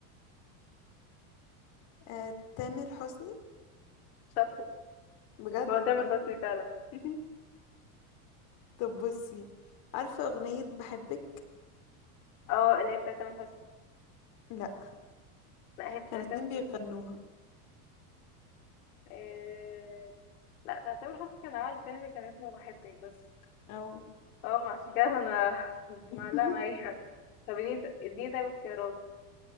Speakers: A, on the left; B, on the left.
A: آه تامر حسني
B: شاطر
A: بجد
B: هو
A: والله
B: تامر حسني فعلا
A: <laughs> طب بصي عارفة أغنية بحبك
B: اه اللي هي بتاعت تامر حسني
A: لا
B: لا هي بتاعت
A: كانوا اتنين
B: تامر حسني
A: بيغنوها
B: آه، لا ده تامر حسني كان عمل فيلم كان اسمه بحبك بس
A: أو
B: اه ما عشان كده انا كنت معلقة
A: <laughs>
B: معايا طب اديني اديني طيب اختيارات